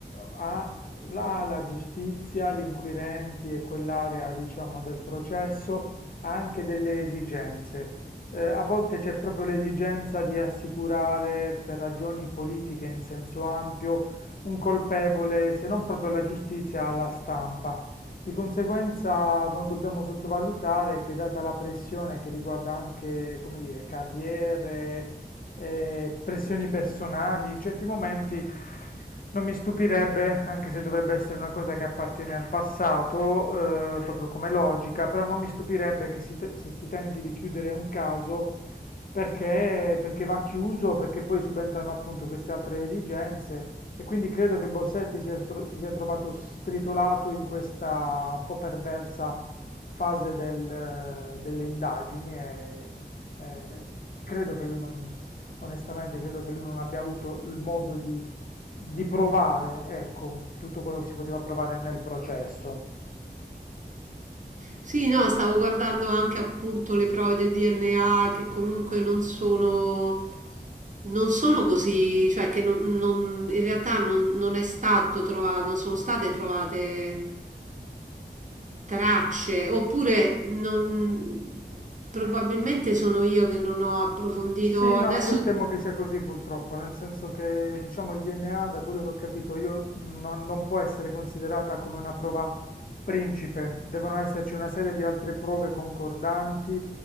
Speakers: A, on the left; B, on the right.
A: ha la, la giustizia, gli inquirenti e quell'area, diciamo, del processo ha anche delle esigenze. Eh, a volte c'è proprio l'esigenza di assicurare, per ragioni politiche in senso ampio, un colpevole, se non proprio alla giustizia, alla stampa. Di conseguenza non dobbiamo sottovalutare che, data la pressione che riguarda anche, come dire, carriere eh, pressioni personali, in certi momenti non mi stupirebbe, anche se dovrebbe essere una cosa che appartiene al passato, eh, proprio come logica, però non mi stupirebbe che si, te- se si tenti di chiudere un caso perché, perché va chiuso, perché poi subentrano appunto queste altre esigenze. E quindi credo che Bossetti sia tro- si sia trovato stritolato in questa un po' perversa fase del, eh, delle indagini e, e- e credo che lui non, Onestamente credo che lui non abbia avuto il modo di, di provare, ecco, tutto quello che si poteva provare nel processo.
B: Sì, no, stavo guardando anche appunto le prove del DNA che comunque non sono, non sono così, cioè che non, non- in realtà non, non è stato trovato, non sono state trovate tracce, oppure non- probabilmente sono io che non ho approfondito.
A: Sì, no,
B: Adesso,
A: io temo che sia così purtroppo, nel senso che diciamo il DNA, da quello che ho capito io, mh, non, non può essere considerata come una prova principe, devono esserci una serie di altre prove concordanti